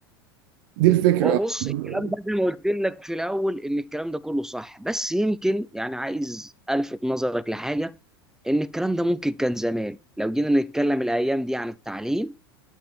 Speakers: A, on the right; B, in the centre.
A: دي الفكره
B: هو
A: آه.
B: بص الكلام ده زي ما قلت لك في الأول إن الكلام ده كله صح بس يمكن يعني عايز ألفت نظرك لحاجة إن الكلام ده ممكن كان زمان لو جينا نتكلم الأيام دي عن التعليم